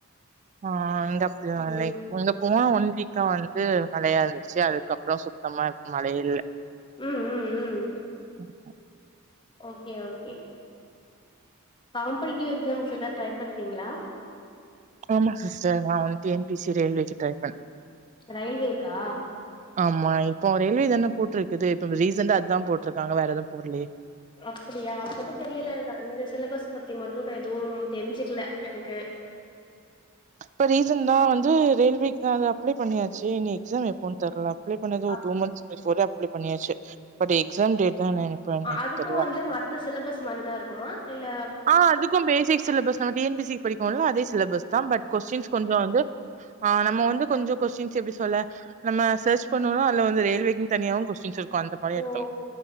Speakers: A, on the right; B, on the left.
A: ஆ அந்தப்பிள்ளை
B: ம்
A: அங்க போன ஒன் வீக்கா வந்து மழயா இருந்துச்சு அதுக்கப்புறோ சுத்தமா மழ இல்ல
B: ம் ம் ம்
A: ம்
B: ஓகே ஓகே காம்படிடிவ் எக்ஸ்சாம் க்கு எதாவ் ட்ரை பண்றீங்ளா
A: ஆமா சிஸ்டர் நான் டி என் பி சி ரயில்வேக்கு ட்ரை பண்றே
B: ரயில்வேக்கா
A: ஆம்மா இப்போ ரயில்வே தானே போட்டிருக்குது இப்ப ரீசெண்டா அதுதா போட்ருக்காங்க வேற எதுவும் போடலயே
B: அப்டியா அத பத்தி தெரியல எனக்கு அந்த சிலபஸ் பத்தி மட்டு நா எதுவும் தெரிஞ்சுக்கல எனக்கு
A: இப்ப ரீசன்டா வந்து ரெயில்வேக்கு தான் அது அப்ளை பண்ணியாச்சு இனி எக்ஸாம் எப்போன் தெர்ல அப்ளே பண்ணது ஒரு
B: up
A: two months before apply பண்ணியாச்சு பட் எக்ஸாம் டேட் தா எப்பன்னே
B: அதுக்கு
A: தெர்ல
B: வந்து மத்த சிலபஸ் மாரிதா இருக்குமா இல்ல
A: ஆ அதுக்கு பேசிக் சிலபஸ் தா T N P S C படிப்போம்ல அதே சிலபஸ் தா பட் கொஸ்டின்ஸ் கொஞ்ச வந்து ஆ நம்ம வந்து கொஞ்ச கொஸ்டின்ஸ் எப்டி சொல்ல நம்ம சர்ச் பண்ணோணா அதுல்ல வந்து ரயில்வேக்குனு தனியாவு கொஸ்டின்ஸ் இருக்கும் அந்த மாரி எடுக்கலா
B: ஓ